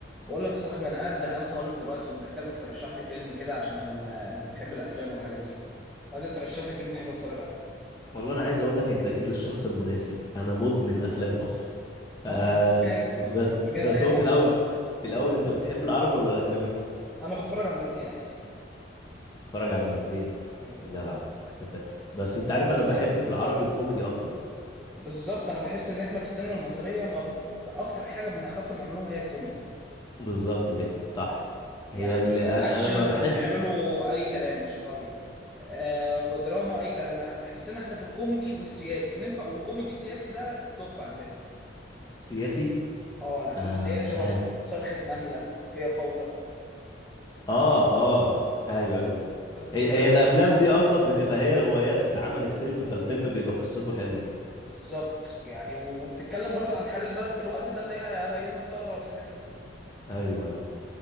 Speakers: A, in the centre; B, on the left.
A: بقول لك يا صاحبي انا قاعد زهقان خالص دلوقتي ومحتاجك ترشح لي فيلم كده عشان آه، انت بتحب الافلام والحاجات دي عايزك ترشح لي فيلم حلو اتفرج عليه
B: والله انا عايز اقول لك انت جيت للشخص المناسب انا مدمن افلام اصلا آه
A: اه ما أنا عارف
B: بس
A: أنا مش جاي
B: بس
A: لاي
B: هو
A: حاجه
B: في الاول في الاول انت بتحب العربي ولا الاجنبي
A: انا بتفرج على الاثنين عادي
B: اتفرج على الاثنين
A: مم.
B: جدع اتفق بس انت عارف انا بحب في العربي الكوميدي اكتر
A: بالظبط انا بحس ان احنا في السينما المصريه ما ب- اكتر حاجه بنعرفه نعملوها هي الكوميدي
B: بالظبط كده صح
A: يعني
B: هي اللي انا
A: اكشن
B: انا ما بحس
A: بنعمله اي كلام مش قوي آه دراما اي كلام احنا بحس ان احنا في الكوميدي والسياسي ننفع وكوميدي سياسي ده التوب عندنا
B: سياسي
A: اه الافلام
B: آه
A: اللي
B: مش
A: هي شبه
B: عارف
A: صرخه نمله هي فوضى
B: اه اه ايوه ايوه
A: قصدي
B: هي
A: كده
B: هي الافلام دي اصلا بتبقى هي روايات واتعملت فيلم فالفيلم بيبقى قصته حلوه
A: بالظبط يعني وبتتكلم برضو عن حال البلد في الوقت ده اللي هي ايام الثوره والحاجات دي
B: ايوه ايوه